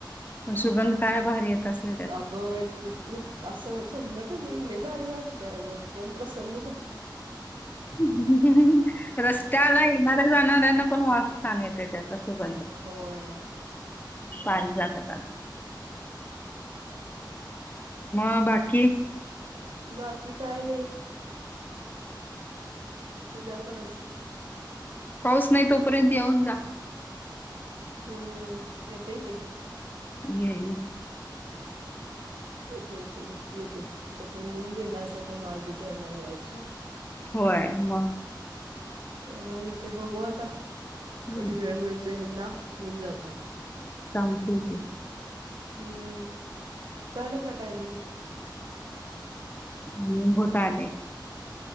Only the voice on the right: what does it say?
अग येत तर नुक असं चाललं का नाही लई भारी वाटत मन प्र्रसन्न
होय.
बाकी काय नाही तुझ्याकडंच
हम्म य ते की
येते येते नक्की येते आता तो येऊन गेलास आता माझी टर्न आहे ऐक
त्यामुळे यथे बघू आता
कधी वेळ मिळतोय हना येऊन जातो
हम्म चाल का टायमिंग